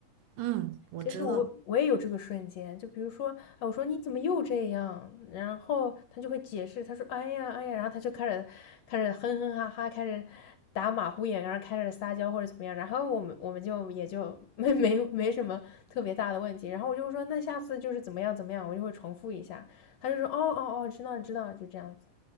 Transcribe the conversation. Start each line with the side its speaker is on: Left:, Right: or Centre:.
Right: 嗯，我知道。
Left: 其实我我也有这个瞬间，就比如说，哎，我说你怎么又这样？然后他就会解释，他说，哎呀，哎呀，然后他就开始开始哼哼哈哈，开始打马虎眼，然后开始撒娇或者怎么样。然后我们我们就也就没没没什么特别大的问题。然后我就说，那下次就是怎么样怎么样，我就会重复一下。他就说，哦哦哦，知道知道，就这样子。